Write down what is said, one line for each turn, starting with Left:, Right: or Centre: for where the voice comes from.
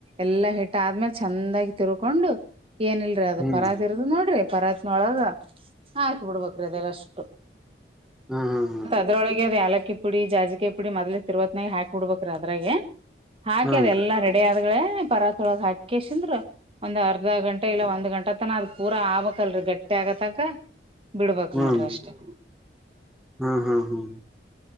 Right: ಎಲ್ಲಾ ಹಿಟ್ಟ ಆದ್ಮೇಲೆ. ಚಂದಾಗಿ ತಿರ್ಕೊಂಡು ಏನಲ್ರಿ ಅದ
Centre: ಹ್ಮ್
Right: ಪರ ಇರು. ಅದು ನೋಡ್ರಿ ಪರತ್ನೊಳಗ ಹಾಕ್ ಬಿಡ್ಬ್ರೀ ಅದೆಲ್ಲ ಅಷ್ಟು.
Centre: ಹ್ಮ್.
Right: ಅದ್ರೊಳಗೆ ಅದ್ ಆಲಕ್ಕಿ ಪುಡಿ ಜಾಜಕಿ ಪುಡಿ ಮೊದ್ಲಿ ತಿರ್ವತ್ನಾಗ ಹಾಕ್ಬ ಬಿಡ್ಬೇಕ್ರೀ ಅದರ್ಗೆ. ಹಾಕಿ
Centre: ಹ್ಮ್
Right: ಅದ ಎಲ್ಲಾ ರೆಡಿ ಆದ್ಳೆ ಪರತೊಳಗ್ ಹಾಕಿ. ಕೇಶ್ ಅಂದ್ರರು ಒಂದ್ ಅರ್ಧ ಗಂಟೆ ಇಲ್ಲ ಒಂದ್ ಗಂಟೆ ತನ ಅದ ಪೂರ ಆಗ್ಬಕ್ಲಲ್ರಿ ಗಟ್ಟಿ. ತ್ಯಗ ತಾಗ ಬಿಡ್ಬಕ್
Centre: ಹ್ಮ್ ಹನ್ರಿ
Right: ನೋಡ್ರಿ ಅಷ್ಟೇ.
Centre: ಹ್ಮ್ ಹ್ಮ್